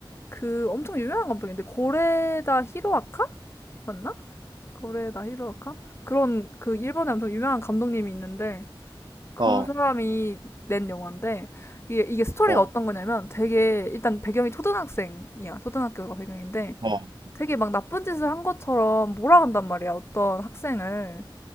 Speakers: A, on the left; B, on the right.
A: 그 엄청 유명한 감독인데 고레다 히로아카 맞나? 고레다 히로아카 그런 그 일본에 엄청 유명한 감독님이 있는데 그
B: 어,
A: 사람이 낸 영화인데 이게, 이게 스토리가
B: 어,
A: 어떤 거냐면 되게 일단 배경이 초등학생이야. 초등학교가 배경인데
B: 어,
A: 되게 막 나쁜 짓을 한 것처럼 몰아간단 말이야. 어떤 학생을.